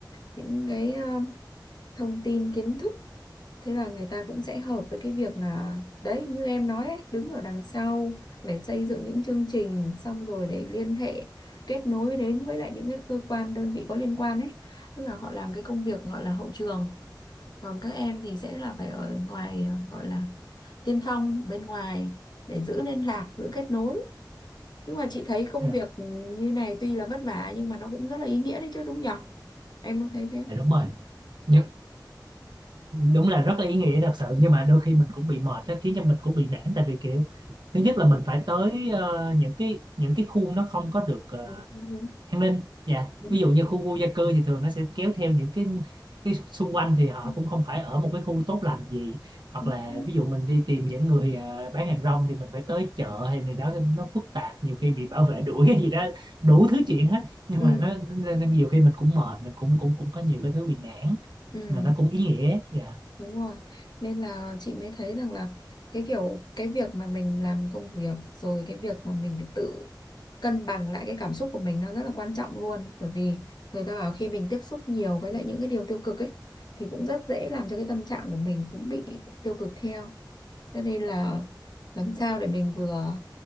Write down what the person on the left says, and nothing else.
những cái ờ, thông tin kiến thức thế là người ta cũng sẽ hợp với cái việc là đấy như em nói ấy, đứng ở đằng sau để xây dựng những chương trình xong rồi để liên hệ kết nối đến với lại những cái cơ quan đơn vị có liên quan ấy tức là họ làm cái công việc gọi là hậu trường còn các em thì sẽ là phải ở ngoài ờ, gọi là tiên phong bên ngoài để giữ liên lạc giữ kết nối nhưng mà chị thấy công
việc như này tuy là vất vả nhưng mà nó cũng rất là ý nghĩa đấy chứ đúng nhở em có thấy thế không
<laughs> đúng đúng
đúng
đúng
chính
xác.
ừ
ừ
đúng rồi nên là chị mới thấy rằng là cái kiểu cái việc mà mình làm công việc rồi cái việc mà mình phải tự cân bằng lại cái cảm xúc của mình nó rất là quan trọng luôn bởi vì người ta bảo khi mình tiếp xúc nhiều với lại những cái điều tiêu cực ấy thì cũng rất dễ làm cho cái tâm trạng của mình cũng bị tiêu cực theo cho nên là làm sao để mình vừa